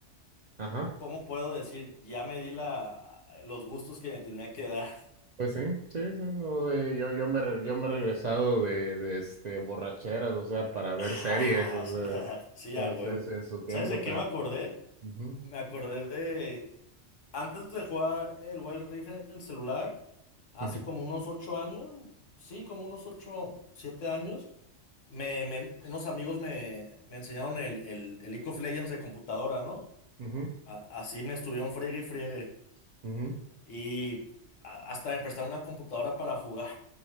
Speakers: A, on the right; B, on the left.
A: ajá,
B: ¿cómo puedo decir? Ya me di la, los gustos que me tenía que dar.
A: pues sí, sí, sí, no, de- yo, yo me, re- yo me he regresado de, de, este, borracheras, o sea, para ver
B: <laughs>
A: series, o sea,
B: Sí,
A: en,
B: a huevo.
A: en, en su tiempo
B: ¿Sabes de
A: tan.
B: qué me acordé?
A: ujú,
B: Me acordé de, antes de jugar el Wild Rift en el celular, hace
A: ujú.
B: como unos ocho años, sí, como unos ocho, siete años. Me, me- unos amigos me, me enseñaron el, el, el League of Legends de computadora, ¿no?
A: Ujú,
B: A- así me estuvieron friegue y friegue.
A: ujú,
B: Y a- hasta me prestaron una computadora para jugar.